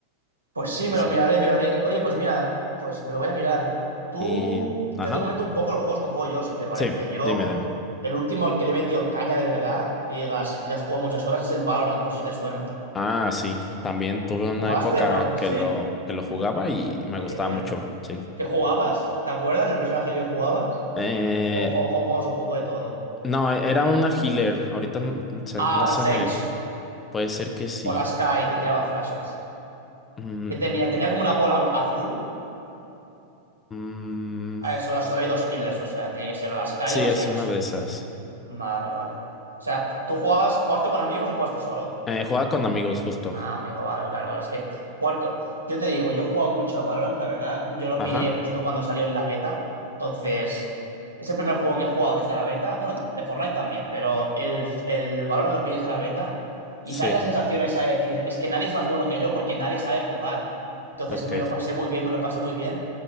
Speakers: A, on the right; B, on the left.
A: Pues sí,
B: Sí,
A: me
B: sí.
A: lo miraré, miraré. Oye, pues mira, pues me lo voy a mirar. Tú,
B: Y,
A: yo
B: ajá,
A: te comento un poco los juegos que juego yo, si te parece.
B: sí,
A: Yo,
B: dime, dime.
A: el último al que le he metido caña de verdad, que digas, le has jugado muchas horas, es el Valorant, no sé si te suena.
B: Ah, sí, también tuve una
A: ¿Jugaste
B: época
A: o no?
B: que
A: Sí.
B: lo, que lo jugaba y me
A: Ay,
B: gustaba
A: qué bien.
B: mucho, sí.
A: ¿Qué jugabas? ¿Te acuerdas del personaje que jugabas?
B: Eh,
A: ¿O jue- jue- jugabas un poco de todo?
B: no, era una healer. Ahorita n- se-
A: Ah,
B: no
A: la
B: se
A: Sage.
B: me... Puede ser que sí.
A: O la Sky, que tiraba flashes.
B: Mm,
A: ¿Qué tenía? Tenía como una bola azul.
B: mm,
A: A eso, solo hay dos killers, o sea, tiene que ser o la Sky
B: sí,
A: o la
B: es
A: Sage.
B: una de esas.
A: Vale, vale. O sea, ¿tú jugabas, jugaste con amigos o jugaste solo?
B: Eh, juega con amigos, justo.
A: Ah, amigo, vale, claro, claro. Es que jugar. co- Yo te digo, yo he jugado mucho a Valorant, la verdad. Yo lo
B: Ajá.
A: pillé justo cuando salió en la beta. Entonces, es el primer juego que he jugado desde la beta. Bueno, de Fortnite también, pero el, el Valorant lo pillé desde la beta. Y
B: Sí,
A: sale la sensación esa de decir, es que nadie es más bueno que yo porque nadie sabe jugar. Entonces
B: ok.
A: me lo pasé muy bien, me lo pasé muy bien.